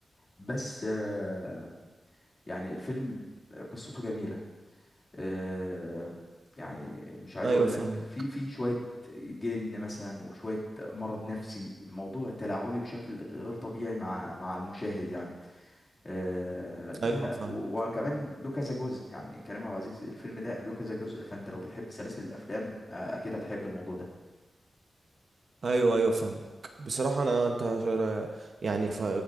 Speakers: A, on the left (about 30°); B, on the right (about 55°).
A: بس آه، يعني الفيلم قصته جميلة آه، يعني مش عايز
B: ايوه
A: اقول
B: فاهمك
A: لك في في شوية جن مثلا وشوية مرض نفسي الموضوع تلاعبي بشكل غير طبيعي مع مع المشاهد يعني آه، ده
B: ايوه فاهمك
A: و- وكمان له كذا جزء يعني كريم عبد العزيز الفيلم ده له كذا جزء فانت لو بتحب سلاسل الافلام آه، اكيد هتحب الموضوع ده
B: ايوه ايوه فاهمك بصراحه انا انت شر- يعني ف...